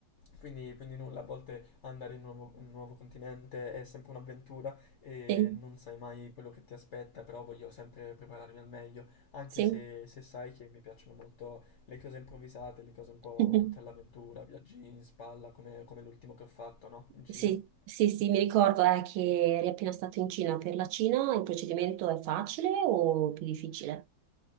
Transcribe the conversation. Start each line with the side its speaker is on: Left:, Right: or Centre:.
Left: quindi, quindi nulla, a volte andare in un nuovo, in un nuovo continente è sempre un'avventura e
Right: Sì,
Left: non sai mai quello che ti aspetta, però voglio sempre prepararmi al meglio, anche
Right: sì.
Left: se, se sai che mi piacciono molto le cose improvvisate, le cose un po'
Right: <laughs>
Left: tutte all'avventura, viaggi in spalla come, come l'ultimo che ho fatto, no? In Cina.
Right: Sì, sì, sì, mi ricordo eh, che eri appena stato in Cina. Per la Cina il procedimento è facile o più difficile?